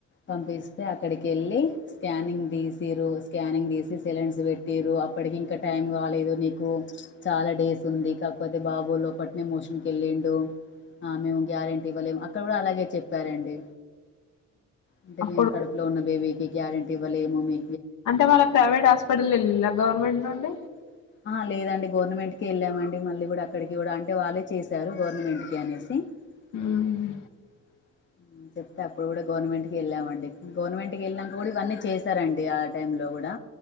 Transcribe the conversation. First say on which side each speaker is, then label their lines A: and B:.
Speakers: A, on the left; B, on the left.
A: పంపిస్తే అక్కడికెళ్ళి స్కానింగ్ తీసిరు స్కానింగ్ తీసి సెలన్స్ పెట్టిరు అప్పడికి ఇంక టైం కాలేదు నీకు చాలా డేస్ ఉంది కాకపోతే బాబు లోపటినే మోషన్కి వెళ్ళిండు ఆ మేము గ్యారెంటీ ఇవ్వలేము అక్కడ కూడా అలాగే చెప్పారండి అంటే
B: అప్పుడు
A: మేము కడుపులో ఉన్న బేబీకి గ్యారెంటీ ఇవ్వలేము మీ
B: అంటే వాళ్ళ ప్రైవేట్ హాస్పిటల్ ఎళ్ళిన్లా గవర్నమెంట్ నుండి
A: <unintelligible> ఆ లేదండి గవర్నమెంట్కి ఎళ్ళామండి మళ్ళీ గుడా అక్కడికి గుడా అంటే వాళ్ళే చేశారు గవర్నమెంట్కి అనేసి <inaudible>
B: హ్మ్
A: చెప్తే అప్పుడు కూడా గవర్నమెంట్ కి వెళ్ళామండి గవర్నమెంట్కి వెళ్ళినాక కూడా ఇవన్నీ చేశారండి టైమ్లో కూడా